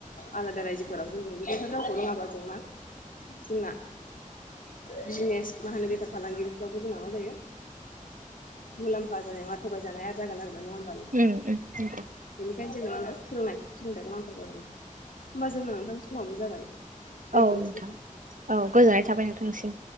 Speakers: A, on the left; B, on the right.
A: आलादा रायजोफोराव जों बेदिफोर रावखौ रोंङाबा जों मा जोंना बिजिनेस मा होनो बेफार फालांगिरिफ्रावबो जोंना मा जायो मुलाम्फा जानाय नंङा थगायजानाय आरो जागोन आरो। नंङा होनबा नोंथां
B: नोंथां
A: बेनि बेनजोलावनो सोलोंनाय सोलोंथाइखौ नांथारगौ आरोना होमबा जोंना नोंथां समावबो जाबाय। दोनथ'नोसै
B: औ नोंथां
A: होनबा
B: औ गोजोननाय थाबाय नोंथांसिम।